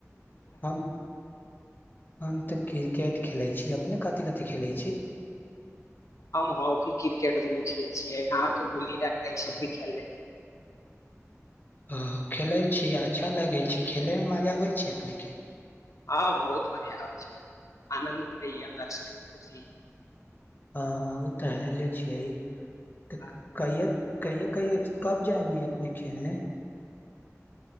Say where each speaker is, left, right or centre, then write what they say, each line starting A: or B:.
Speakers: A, on the left; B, on the left.
A: हँ हम तऽ क्रिकेट खेलैत छी अपने कथी कथि खेलैत छी
B: हम हॉकी क्रिकेट दुनू खेलै छियै गाँके गुल्ली डण्डटा ईसभ भी खेल लतियै
A: ह खेलैत छी अच्छा लगैत छै खेलयमे मजा आबैत छै अपनेके
B: हँ बहुत मजा आबै छै आनन्द मिलैय अन्दर से खुशी
A: हँ ओ तऽ हले छियै तऽ
B: हँ
A: कहिया कहियए कहियए कब जाएंगे अपने खेलेलने